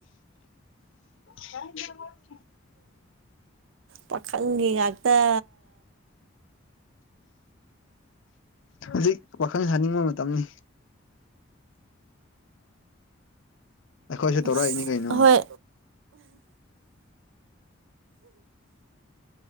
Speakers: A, on the left; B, on the right.
A: ꯍ ꯍ
B: ꯄꯥꯈꯪꯒꯤ ꯉꯥꯛꯇ
A: ꯍꯧꯖꯤꯛ ꯋꯥꯈꯜ ꯁꯥꯅꯤꯡꯕ ꯃꯇꯝꯅꯤ <inaudible> ꯑꯩꯈꯣꯏꯁꯨ
B: ꯑꯁ
A: ꯇꯧꯔꯛꯏꯅꯤ ꯀꯩꯅꯣ
B: ꯍꯣꯏ
A: <inaudible>